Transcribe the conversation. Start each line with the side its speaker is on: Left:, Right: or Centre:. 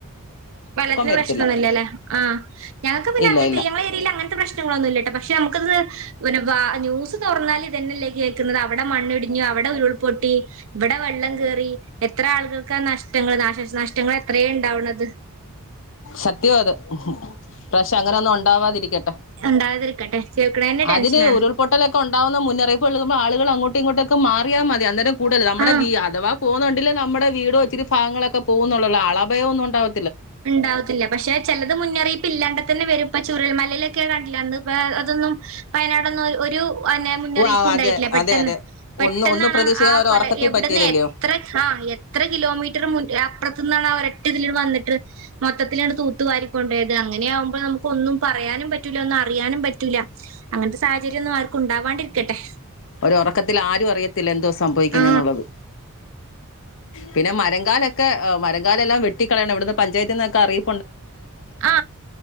Right: വെള്ളത്തിന്
Left: വരത്തില്ല
Right: പ്രശ്നൊന്നുയില്ല ലെ ആഹ് ഞങ്ങെക്ക് പിന്നെ
Left: ഇല്ല
Right: അങ്ങെൻത്തെ
Left: ഇല്ല
Right: ഈ ഞങ്ങളെ ഏരിയെൽ അങ്ങെൻത്തെ പ്രശ്നങ്ങളൊന്നും ഇല്ലട്ടോ പക്ഷെ നമു ക്കെ ഒന്ന് ഒര് പാ ന്യൂസ് തൊർന്നാൽ ഇതെന്നെ അല്ലെ കേക്ക്ന്നെത് അവ്ടെ മണ്ണ് ഇടിഞ്ഞു അവ്ടെ ഉരുൾപൊട്ടി ഇബെടെ വെള്ളം കേറി എത്ര ആളുകൾക്കാ നഷ്ടങ്ങെൾ നാശ നഷ് നഷ്ടങ്ങൾ എത്രയെ ഇണ്ടാവ്ണെത്
Left: സത്യവാ അത് ഇപ്രാവശ്യം അങ്ങനെ ഒന്നും ഒണ്ടാവാതിരിക്കെട്ടെ
Right: ഉണ്ടാകാതിരിക്കട്ടെ കേൾക്കണന്നെ ടെൻഷനാണ്
Left: അതിന് ഉരുൾപൊട്ടലൊക്കെ ഉണ്ടാവുന്ന മുന്നറിയിപ്പു നൽകുമ്പോൾ ആളുകൾ അങ്ങോട്ട് ഇങ്ങോട്ടൊക്കെ മാറിയാ മതി അന്നരം കൂടുതൽ നമ്മുടെ
Right: ആഹ്
Left: വീ അഥവാ പോകുന്നുണ്ടെങ്കിൽ നമ്മുടെ വീടോ ഇച്ചിരി ഭാഗങ്ങളൊക്കെ പോവുന്നള്ളൂള്ളു ആളപായം ഒന്നും ഉണ്ടാവ
Right: ഉണ്ടാവത്തില്ല പക്ഷെ ചിലത് മുന്നറിയിപ്പ് ഇല്ലാണ്ട് തന്നെ വരും പ്പ ചുരൽമല ലൊക്കെ കണ്ടില്ലേ അന്ന് അതൊന്നും വയനാടൊന്നും ഒരു മുന്നറിയിപ്പും
Left: ഓ ആ
Right: ഉണ്ടായിട്ടില്ല
Left: അതെ
Right: പെട്ടെന്ന്
Left: അതെ അതെ
Right: പെട്ടെന്നാണ്
Left: ഒന്ന് ഒന്ന് പ്രതീക്ഷിക്കാതെ
Right: ആ
Left: ഒരു
Right: കൊല
Left: ഉറക്കത്തിൽ
Right: എവിടന്ന്
Left: പറ്റിയതല്ലയോ
Right: എത്ര ആ എത്ര കിലോമീറ്റർ മു അപ്പുറത്ത് ന്നാണ് ആ ഒരു ഒറ്റ ഇതിൽ വന്നിട്ട് മൊത്തത്തിലങ്ങട് തൂത്തുവാരിക്കൊണ്ടോയത് അങ്ങനെ ആകുമ്പോൾ നമുക്ക് ഒന്നും പറയാനും പറ്റൂല ഒന്നും അറിയാനും പറ്റൂല്ല അങ്ങനത്തെ സാഹചര്യം ഒന്നും ആർക്കും ഉണ്ടാവാണ്ടിരിക്കട്ടെ
Left: ഒരു ഉറക്കത്തിൽ ആരും അറിയത്തില്ല എന്തുവാ സംഭവിക്കുന്നത്
Right: ആ
Left: എന്നുള്ളത് പിന്നെ മ മരങ്കാലൊക്കെ മരങ്കാ എല്ലാം വെട്ടിക്കളയണം ഇവിടുന്ന് പഞ്ചായത്തിന്നൊക്കെ അറിയി
Right: ആ